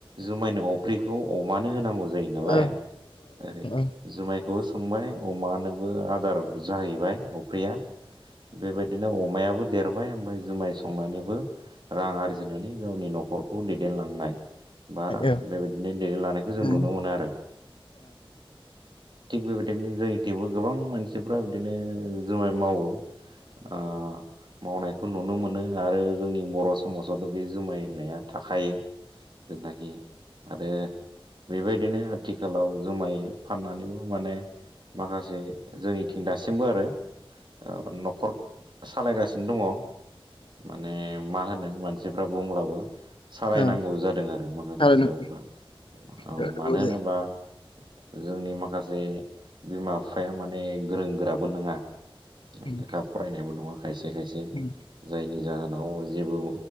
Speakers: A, on the right (about 55°); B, on the left (about 65°).
A: जुमायनि अफ्रिखौ अमानो होनांगौ जायो नालाय
B: औ
A: ओरै
B: औ
A: जुमायखौबो संबाय अमानोबो आदार जाहैबाय अफ्रिया बेबायदिनो अमायाबो देरबाय ओमफाय जुमाय संनानैबो रां आरजिनानै गावनि न'खर दैदेनलांनाय बा
B: औ
A: बेबायदिनो दैदेनलांनायखौ जों नुनो
B: औ
A: मोनो आरो। थिग बेबायदिनो जोंनि थिंबो गोबां मानसिफ्रा बिदिनो जुमाय मावो ओ मावनाय खौ नुनो मोनो आरो जोंनि बर' समाजावथ' बे जुमाय होननाया थाखायो, जेनाखि आरो बेबायदिनो आथिखालाव जुमाय फाननानैबो माने माखासे जोंनिथिं दासिमबो आरो ओ न'खर सालायगासिनो दङ माने मा होनो मानसिफ्रा बुंब्लाबो सालायनांगौ
B: औ
A: जादों आरो माखासे
B: थारैनो
A: सुबुंफ्रा
B: औ
A: औ
B: नंगौ
A: मानो होनोब्ला
B: जायो।
A: जोंनि माखासे बिमा बिफाया माने गोरों गोराबो नङा
B: उम,
A: लेखा फरायनायबो नङा खायसे खायसे
B: उम,
A: जायनि जाहोनाव जेबो